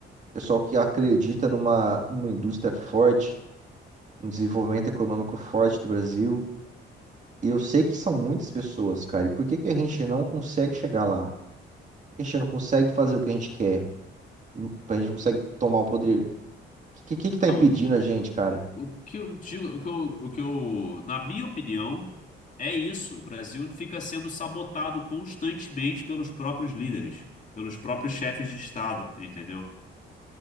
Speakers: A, on the right (about 40°); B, on the left (about 40°).
A: pessoal que acredita numa, numa indústria forte, num desenvolvimento econômico forte do Brasil? E eu sei que são muitas pessoas, cara. E por que que a gente não consegue chegar lá? Por que a gente não consegue fazer o que a gente quer? pra gente conseguir tomar o poder. O que, que que tá
B: Então,
A: impedindo a gente, cara?
B: o que eu digo, o que eu, o que eu, na minha opinião, é isso. O Brasil fica sendo sabotado constantemente pelos próprios líderes, pelos próprios chefes de Estado, entendeu?